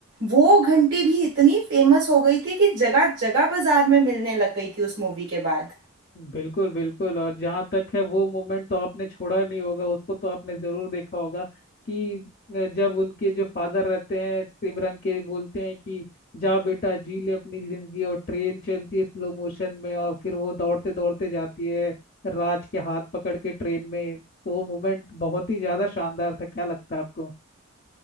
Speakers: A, on the right (about 80°); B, on the left (about 45°).
A: वो घंटी भी इतनी फेमस हो गई थी कि जगह जगह बाजार में मिलने लग गई थी उस मूवी के बाद
B: बिल्कुल बिल्कुल और जहाँ तक है वो मोमेंट तो आपने छोड़ा नहीं होगा उसको तो आपने जरूर देखा होगा कि अ, जब उनके जो फादर रहते हैं सिमरन के बोलते हैं कि जा बेटा जी ले अपनी जिंदगी और ट्रेन चलती है स्लो मोशन में और फिर वो दौड़ते दौड़ते जाती है राज के हाथ पकड़ के ट्रेन में तो वो मोमेंट बहुत ही ज्यादा शानदार था क्या लगता है आपको